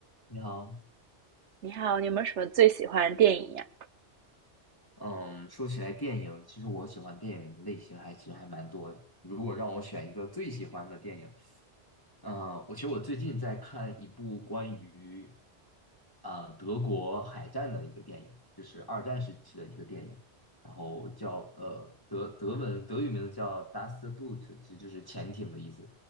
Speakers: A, on the left; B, on the right.
A: 你好，
B: 你好，你有没有什么最喜欢的电影呀？
A: 嗯，说起来电影，其实我喜欢电影的类型还实还蛮多的。如果让我选一个最喜欢的电影，嗯，我其实我最近在看一部关于呃德国海战的一个电影，就是二战时期的一个电影，然后叫呃德德文德语名字叫《d u s t Boot》，其实就是潜艇的意思。